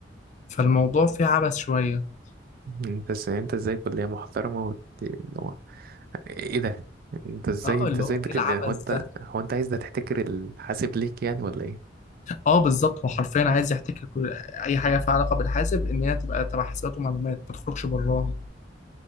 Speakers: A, on the left (about 40°); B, on the right (about 55°).
A: فالموضوع فيه عبث شوية
B: انت ازاي انت ازاي كلية محترمة وت... اللي هو ايه ده انت ازاي
A: اه
B: انت
A: اللي
B: ازاي
A: هو
B: بتن...
A: ايه العبث
B: هو انت
A: ده
B: هو انت عايز ده تحتكر الحاسب ليك يعني ولا ايه
A: اه بالظبط هو حرفيا عايز يحتكر كل اي حاجه فيها علاقه بالحاسب ان هي تبقى تبع حسابات ومعلومات ما تخرجش براها